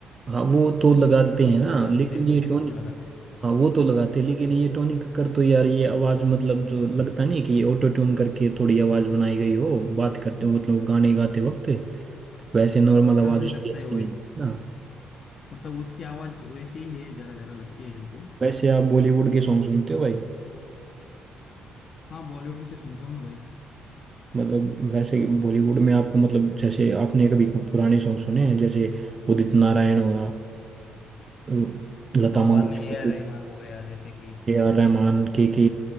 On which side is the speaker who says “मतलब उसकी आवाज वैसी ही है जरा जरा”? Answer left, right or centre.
Left